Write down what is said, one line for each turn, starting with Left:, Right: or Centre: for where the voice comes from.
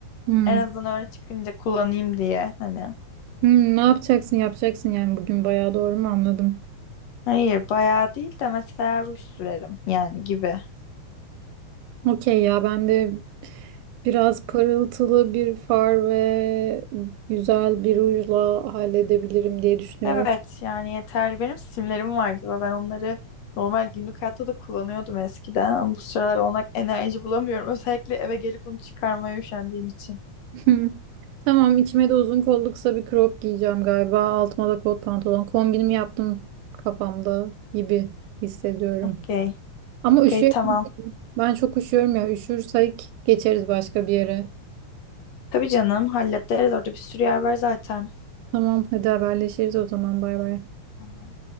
Right: Hmm.
Left: En azından öyle çıkınca kullanayım diye hani.
Right: Hmm, ne yapacaksın yapacaksın yani bugün bayağı doğru mu anladım?
Left: Hayır bayağı değil de mesela ruj sürerim yani gibi.
Right: Okey ya ben de biraz parıltılı bir far ve güzel bir rujla halledebilirim diye düşünüyorum.
Left: Evet yani yeterli. Benim simlerim vardı ve ben onları normal günlük hayatta da kullanıyordum eskiden. Ama bu sıralar ona enerji bulamıyorum. <laughs> Özellikle eve gelip onu çıkarmaya üşendiğim için.
Right: Hı. Tamam içime de uzun kollu kısa bir crop giyeceğim galiba. Altıma da kot pantolon. Kombinimi yaptım kafamda gibi hissediyorum.
Left: Okey.
Right: Ama
Left: Okey
Right: üşüyor.
Left: tamam.
Right: Ben çok üşüyorum ya. Üşürsek geçeriz başka bir yere.
Left: Tabii canım hallederiz. Orada bir sürü yer var zaten.
Right: Tamam hadi haberleşiriz o zaman. Bay bay.
Left: Tamam.